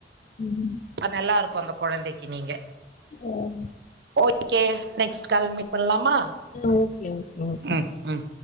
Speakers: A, on the left; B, on the right.
A: ம்
B: அ நல்லாருக்கு அந்த கொழந்தைக்கு நீங்க
A: ஓம்
B: ஓகே நெக்ஸ்ட் கால் மீட் பண்லாமா
A: ஓகே ஓகே ஓகே
B: ம் ம்